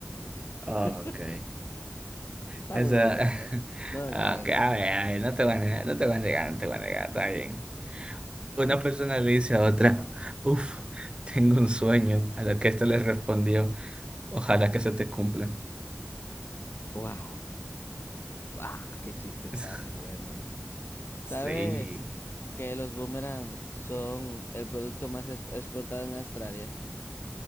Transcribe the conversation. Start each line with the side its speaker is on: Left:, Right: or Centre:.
Right: ok.
Left: <laughs> Está
Right: Esa...
Left: muy bueno,
Right: <laughs>
Left: no
Right: ah,
Left: lo niegues.
Right: ok, a ver, a ver, no te voy a negar, no te voy a negar, no te voy a negar, está bien. Una persona le dice a otra, <laughs> uff, tengo un sueño, a lo que esta le respondió, ojalá que se te cumpla.
Left: Wow, wow, qué chiste
Right: <laughs>
Left: tan bueno. ¿eh? ¿Sabes
Right: Sí.
Left: que los boomerang son el producto más es- exportado en Australia